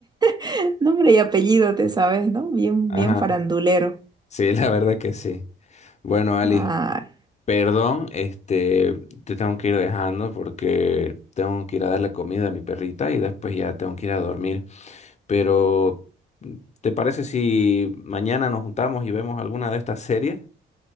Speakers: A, on the right; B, on the left.
A: <laughs> Nombre y apellido, te sabes, ¿no? Bien,
B: Ajá.
A: bien farandulero.
B: Sí, la verdad que sí. Bueno, Ali,
A: Ah,
B: perdón, este, te tengo que ir dejando porque tengo que ir a darle comida a mi perrita y después ya tengo que ir a dormir. Pero, ¿te parece si mañana nos juntamos y vemos alguna de estas series?